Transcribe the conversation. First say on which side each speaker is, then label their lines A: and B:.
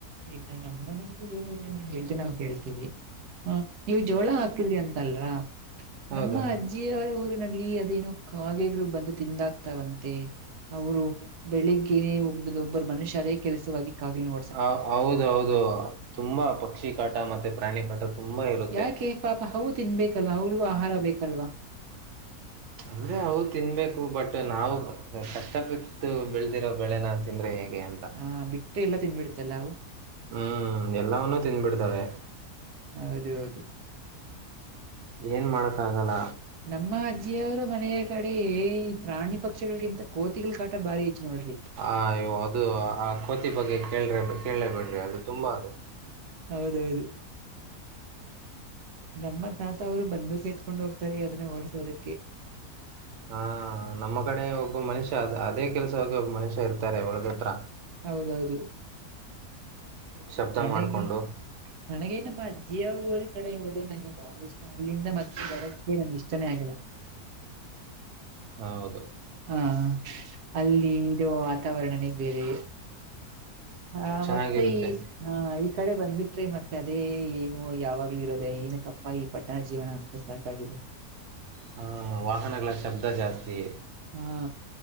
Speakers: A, on the right (about 80°); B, on the right (about 55°).
A: ಇನ್ನ ನಮ್ಮ್ ಮನೆಯಲ್ಲಿ ಏನಿಲ್ಲ ಹೇ್ದೆ ನಾವು ಕೇಳ್ತೀವಿ ಹ ನೀವ ಜೋಳ ಹಾಕಿದ್ರಿ ಅಂತಲ್ರ
B: ಹೌದು
A: ನಮ್ಮ ಅಜ್ಜಿಯವರ ಊರಿನಲ್ಲಿ ಅದೇನೋ ಕಾಗೆಗಳು ಬಂದು ತಿಂದಾಕ್ತ ತಂತೆ ಅವರು ಬೆಳಿಗ್ಗೆ ಒಬ್ಬ ಒಬ್ಬರ ಮನುಷ್ಯ ಅದೇ ಕೆಲಸಕ್ಕಲಿ ನೋ
B: ಹ ಹೌದೌದು ತುಂಬಾ ಪಕ್ಷಿ ಕಾಟ ಮತ್ತೆ ಪ್ರಾಣಿ ಕಾಟ ತುಂಬ ಇರುತ್ತೆ
A: ಯಾಕೆ ಪಾಪ ಹವು ತಿನ್ಬೇಕಲ್ವಾ ಅವಳಿಗೂ ಆಹಾರ ಬೇಕಲ್ವಾ
B: ಅಂದ್ರೆ ಅವು ತಿನ್ಬೇಕು ಬಟ್ ನಾವು ಕಷ್ಟಪಟ್ಟು ಬೆಳದಿರೋ ಬೆಳೆನ ತಿಂದ್ರೆ ಹೇಗೆ ಅಂತ
A: ಆ ಬಿಟ್ಟು ಎಲ್ಲ ತಿನ್ಬಿಡುತ್ತಲ್ಲ ಅವು
B: ಹ್ಮ್ ಎಲ್ಲವವನ್ನುೂ ತಿನ್ಬಿಡ್ತಾವವೆ
A: ಹೌದು ಹೌದು
B: ಏನ್ ಮಾಡಕ್ಕ ಆಗಲ್ಲ.
A: ನಮ್ಮ ಅಜ್ಜಿಯವರ ಮನೆಯ ಕಡೆಯೇ ಈ ಪ್ರಾಣಿ ಪಕ್ಷಿಗಳಿಗಿಂತ ಕೋತಿಗಳಗಳು ಕಾಟ ಬಾರಿ. ಹೆಚ್ಚು ನೋಡ್ರಿ
B: ಅಯ್ಯೋ, ಅದು ಆ ಕೋತಿ ಬಗ್ಗೆ ಕೇಳ್ರೆ ಕೇಳಲೇಬೇಡ್ರಿ, ಅದು ತುಂಬಾ ಅದು.
A: ಹೌದೌದು ನಮ್ಮ ತಾತ ಅವರು ಬಂದೂಕು ಎತ್ಕೊಂಡ್ ಹೋಗ್ತಾರೆ, ಅದನ್ನ ಓಡಸೋದಕ್ಕೆ.
B: ಹಾ ನಮ್ಮ ಕಡೆ ಒಬ್ಬ ಮನುಷ್ಯ ಅದೇ, ಕೆಲ್ಸ ಹ ಒಬ್ಬ ಮನುಷ್ಯ ಇರ್ತಾರೆ ಒಳದ ಹತ್ರ.
A: ಹೌದೌದು.
B: ಶಬ್ದ
A: ನನಗಿ
B: ಮಾಡಿಕೊಂಡು
A: ನನಗೆ ನಮ್ಮ ಅಜ್ಜಿಯ ಊರು. ಕಡೆ ನಂಗೆ ಬಹಳಷ್ಟ. ಅಲ್ಲಿಂದ ಮತ್ತೆ ಬರಕ್ಕೆ, ನಂಗೆ ಇಷ್ಟನೇ ಆಗಲ್ಲ.
B: ಹೌದು.
A: ಹಾ, ಅಲ್ಲಿ ಇರುವ ವಾತಾವರಣನೇ ಬೇರೆ. ಹಾ!
B: ಚೆನ್ನಾಗಿರುತ್ತೆ
A: ಮತ್ತೆ ಈ ಹ. ಈ ಕಡೆ ಬಂದ್ಬಿಟ್ರೆ, ಮತ್ತೆ ಅದೇ ಏನು ಯಾವಾಗ್ಲೂ ಇರೋದೆ, ಏನ ಕಪ್ಪ ಈ ಪಟ್ಟಣ ಜೀವನ ಅನ್ಸೋ ಸಾಕಾಗಿದೆ.
B: ಹಾ, ಹಾ ವಾಹನಗಳ ಶಬ್ದ ಜಾಸ್ತಿ.
A: ಹಾ